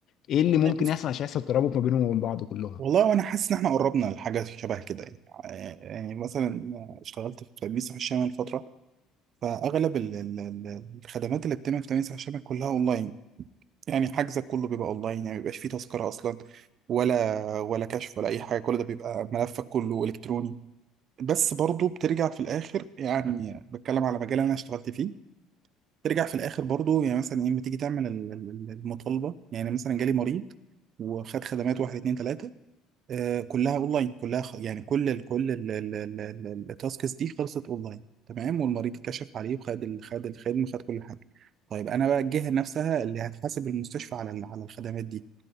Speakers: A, on the left; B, on the right.
A: ايه اللي
B: والله
A: ممكن
B: بص
A: يحصل عشان يحصل ترابط ما بينهم وبين بعض كلهم
B: والله وانا حاسس ان احنا قربنا لحاجه شبه كده يعني آه، يعني مثلا اشتغلت في تأمين صحي الشمال فتره فاغلب ال- ال- ال- الخدمات اللي بتتم في تأمين صحي الشمال كلها اونلاين يعني حجزك كله بيبقى اونلاين يعني ما بيبقاش فيه تذكره اصلا ولا ولا كشف ولا اي حاجه كل ده بيبقى ملفك كله الكتروني بس برضو بترجع في الاخر يعني بتكلم على مجال انا اشتغلت فيه ترجع في الاخر برضو يعني مثلا ايه بتيجي تعمل ال- ال- المطالبه يعني مثلا جالي مريض وخد خدمات واحد اتنين تلاته آه كلها اونلاين كلها خ- يعني كل ال كل ال- ال- ال- ال- التاسكس دي خلصت اونلاين تمام والمريض اتكشف عليه وخد ال- خد الخدمه خد كل حاجه طيب انا بقى الجهه نفسها اللي هتحاسب المستشفى على ال- على الخدمات دي